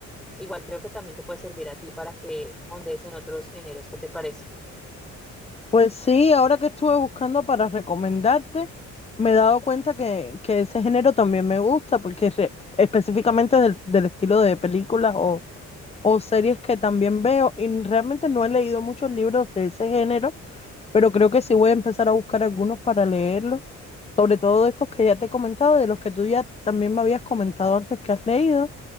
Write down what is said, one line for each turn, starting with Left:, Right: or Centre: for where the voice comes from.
Centre: Igual creo que también te puede servir a ti para que ondees en otros géneros. ¿Qué te parece?
Left: Pues sí, ahora que estuve buscando para recomendarte, me he dado cuenta que, que ese género también me gusta, porque es re- específicamente del, del estilo de películas o, o series que también veo, y realmente no he leído muchos libros de ese género, pero creo que sí voy a empezar a buscar algunos para leerlos, sobre todo de estos que ya te he comentado, de los que tú ya también me habías comentado antes que has leído,